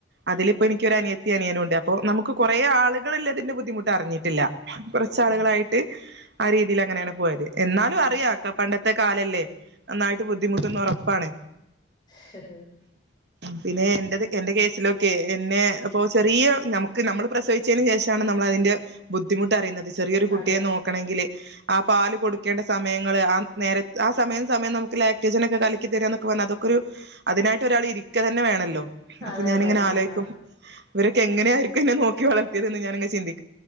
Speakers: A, on the right (about 60°); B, on the left (about 20°).
A: അതില് ഇപ്പൊ എനിക്ക് ഒരു അനി യത്തി അനിയനും ഉണ്ട് അപ്പ നമുക്ക് കുറേ ആളുകൾ ഇല്ലത്തതിന്റെ ബുദ്ധിമുട്ട് അറിഞ്ഞിട്ടില്ല ഞ
B: ആഹ്
A: കുറച്ചാളുകളായിട്ട് ആ രീതിൽ അങ്ങനെയാണ് പോയത് എന്നാലു അറിയാക്ക പണ്ടത്തെ കാലല്ലേ <inaudible> നന്നായിട്ട് ബുദ്ധിമുട്ടുംന്ന്റ പ്പാണ്
B: ഹ് ഹ്
A: പിന്നെ എന്റെത് എന്റെ കേസിലൊക്കെ എന്നെ ഇപ്പൊ ചെറിയ നമുക്ക് നമ്മള് പ്രസവിച്ചതിനു ശേഷാണ് നമ്മൾ അതിന്റെ ബുദ്ധിമുട്ട് അറിയുന്നത് ചെറിയൊരു കുട്ടിയെ
B: അതെ
A: നോക്കണെങ്കില് ആ പാല് കൊടുക്കേണ്ട സമയങ്ങള് ആ നേര ആ സമയം സമയം നമുക്ക് ലേക്റ്റോജെനൊക്കെ കലക് ക്കി തരാന്നൊക്കെ പറഞ അതൊക്കൊരു അതിനായിട്ടൊരാള് ഇരിക്കതന്നെ വേണല്ലോ
B: അതെ
A: അപ്പൊ ഞാനിങ്ങനെ
B: അതെ വേണം
A: ആലോചിക്കും
B: വേണം
A: ഇവരൊക്കെ എങ്ങനെയായിരിക്കൊന്നെ നോക്കി വളത്തിയതെന്ന് ഞാനങ്ങെ ചിന്തി